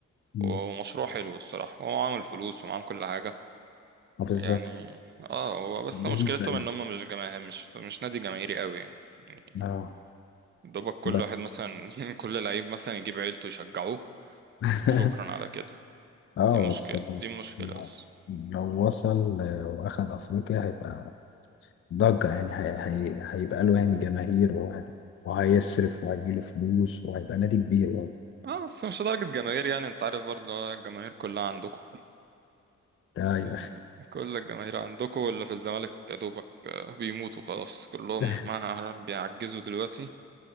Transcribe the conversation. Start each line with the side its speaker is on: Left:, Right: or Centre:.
Left: مم.
Right: ومشروع حلو الصراحة هو عامل فلوس ومعامل كل حاجة
Left: اه بالظبط
Right: يعني اه هو بس
Left: بيني
Right: مشكلتهم
Left: بيراميدز
Right: ان هم مش جماهير مش مش نادي جماهيري قوي يعني يعني
Left: اه
Right: دوبك كل
Left: بس
Right: واحد مثلا <laughs> كل لعيب مثلا يجيب عيلته يشجعوه
Left: <laughs>
Right: وشكرا على كده
Left: اه
Right: دي مشكلة
Left: بس لو
Right: دي مشكلة بس
Left: لو وصل آه، واخد افريقيا هيبقى ضجة يعني هي هي هيبقى له يعني جماهير وه- وهيصرف
Right: مم.
Left: وهيجيله فلوس وهيبقى نادي كبير يعني
Right: اه بس مش لدرجة جماهير يعني انت عارف برضه اللي هو الجماهير كلها عندكم
Left: ده ي-
Right: ال... كل الجماهير عندكم واللي في الزمالك يا دوبك آه، بيموتوا خلاص كلهم
Left: <laughs>
Right: ما بيعجزوا دلوقتي